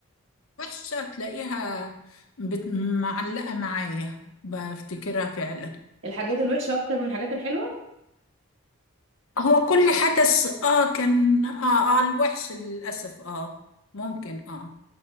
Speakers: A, on the left; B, on the right.
A: الوحشة تلاقيها بت... معلقة معايا بفتكرها فعلا
B: الحاجات الوحشة أكتر من الحاجات الحلوة
A: هو كل حدث اه كان اه اه الوحش للأسف اه ممكن اه